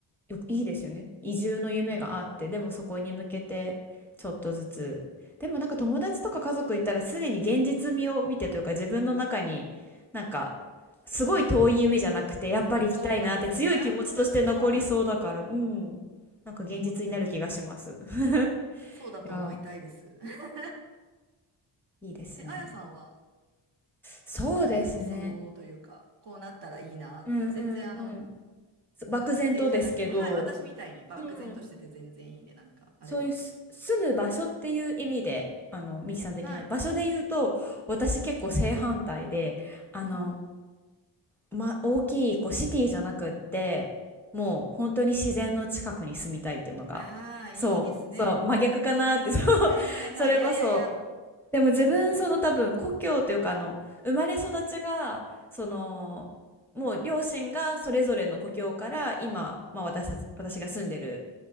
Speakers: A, in the centre; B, on the right.
A: よいいですよね。移住の夢があって、
B: うん。
A: でもそこに向けてちょっとずつ。でもなんか友達とか家族いたらすでに現実味を見てというか自分の中になんかすごい遠い夢じゃなくてやっぱり行きたいなって強い気持ちとして残りそうだから、
B: そうなんですよね。なんとなく、はい、
A: うん。なんか現実になる気がします。
B: 思っては、
A: <laughs>
B: そうだと思いたいです。
A: いや
B: <laughs>
A: ー、いいですね。
B: え、あやさんは、
A: そうですね。
B: 将来、理想というか、こうなったらいいなって、
A: うんうんうん。
B: 全然、あの、
A: 漠然とですけど、
B: 確定じゃなくても、はい、私みたいに漠然としてて全然いいんで、
A: うん
B: なんか、あれば。
A: そういうす住む場所っていう意味で、あの、ミキさん的な場所で言うと、
B: はい。
A: 私結構正反対で、あの、
B: うん。
A: ま、大きいこうシティじゃなくって、もう本当に自然の近くに住みたいっていうのが、
B: ああ、
A: そう、
B: いいですね。
A: そう、真逆かなって、そう、
B: はいはいはい。
A: それこそ、
B: いやいやいや、
A: でも自分、
B: いいですよ。
A: その多分、故郷というか、あの、生まれ育ちが、その、もう両親がそれぞれの故郷から今、まあ、私たち、私が住んでる